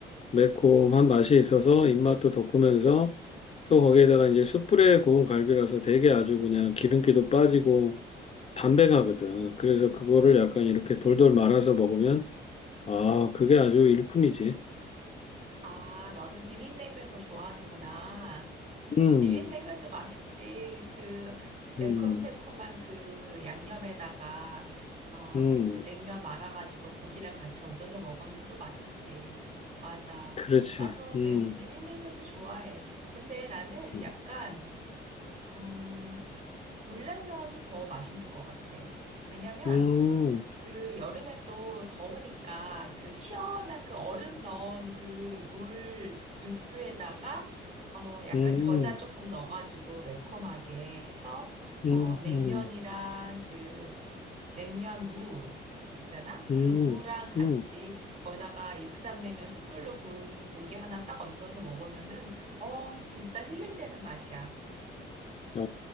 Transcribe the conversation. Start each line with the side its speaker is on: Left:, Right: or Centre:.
Left: 매콤한 맛이 있어서 입맛도 돋구면서 또 거기에다가 이제 숯불에 구운 갈비라서 되게 아주 그냥 기름기도 빠지고 담백하거든. 그래서 그거를 약간 이렇게 돌돌 말아서 먹으면, 아, 그게 아주 일품이지.
Right: 아, 너는 비빔냉면 더 좋아하는구나.
Left: 음,
Right: 비빔냉면도 맛있지. 그 매콤새콤한
Left: 음,
Right: 그 양념에다가 어,
Left: 음,
Right: 그 냉면 말아가지고 고기랑 같이 얹어서 먹으면 또 맛있지. 맞아.
Left: 그렇지.
Right: 나도
Left: 음,
Right: 냉, 비빔냉면도 좋아해. 근데 나는
Left: 음,
Right: 약간 음, 물냉면이 더 맛있는 것 같아. 왜냐면
Left: 음,
Right: 그 여름엔 또 더우니까 그 시원한 그 얼음 넣은 그 물 육수에다가 어 약간
Left: 음,
Right: 겨자 조금 넣어가지고 매콤하게 해서
Left: 음,
Right: 어 냉면이랑
Left: 음,
Right: 그 냉면 무 있잖아?
Left: 음.
Right: 그 무랑 같이
Left: 음.
Right: 거기다가 육삼냉면 숯불로 구운 고기 하나 딱 얹어서 먹으면은 어 진짜 힐링되는 맛이야.
Left: 어,